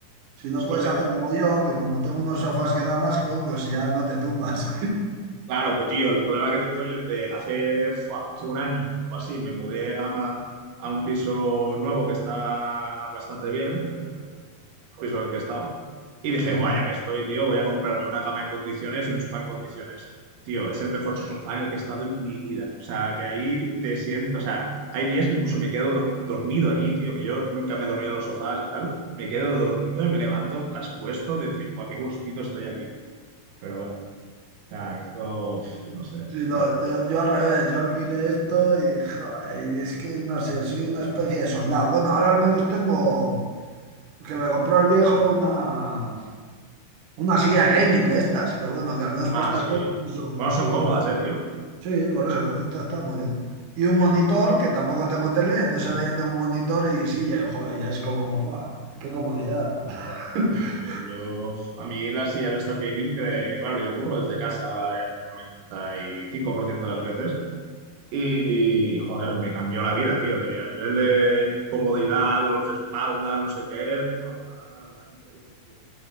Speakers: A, on the right; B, on the right.
A: Si no
B: solo
A: puedes hacer como yo, que como tengo unos sofás que dan asco, pues ya no te tumbas.
B: Claro, pues tío, el problema que tengo yo es de hace, fua, hace un año o así me mudé a, a un piso nuevo que está bastante bien, creo que es el piso en el que he estado, y dije,
A: <laughs>
B: guay, ya que estoy, tío, voy a comprarme una cama en condiciones y un sofá en condiciones. Tío, es el mejor sofá en el que he estado en mi vida. O sea, que ahí te siento, o sea, hay días que incluso me quedo do- dormido allí, tío, que yo nunca me dormía en los sofás y tal. Me quedo dormido y me levanto traspuesto de decir, guau, qué gustito estoy aquí. Pero sea, esto, uf, no sé,
A: Sí,
B: ya.
A: no, yo, yo al revés, yo alquilé esto y, joder, y es que no sé, soy una especie de soldado. Bueno, ahora al menos tengo que me compró el viejo una, una silla de gaming de estas, que bueno, que al menos
B: Ah,
A: para estas
B: sí.
A: cosas
B: ¿eh?
A: uso,
B: Bueno,
A: sí.
B: son cómodas, eh, tío.
A: Sí, por eso, está, está muy bien. Y un
B: Son,
A: monitor,
B: cómodas,
A: que tampoco tengo tele, entonces ahora ya tengo monitor y silla, y, joder, ya es como, ¡buah! ¡Qué comodidad! <laughs>
B: sí, tío. Yo, uf, a mí las sillas estas gaming, eh, claro, yo curro desde casa el 95% de las veces y, joder, me cambió la vida, tío. De, a nivel de
A: Sí.
B: comodidad, dolor de espalda, no sé qué, fua, va- van increíbles, tío.